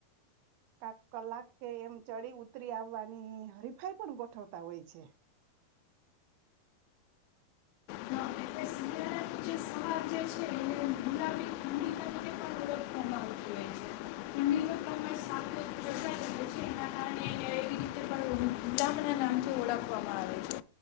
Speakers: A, on the right; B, on the left.
A: કાક કલાક કે એમ ચડી ઉતરી આવવાની હરીફાઈ પણ ગોઠવતા હોય છે.
B: એટલે શિયાળાનું જે સવાર જે છે એને ગુલાબી ઠંડી તરીકે પણ ઓળખવામાં આવતી હોય છે ઠંડીનો પ્રમાણ સાપેક્ષ જતા રહે છે એના કારણે એને એવી રીતે પણ ગુલાબના નામથી ઓળખવામાં આવે છે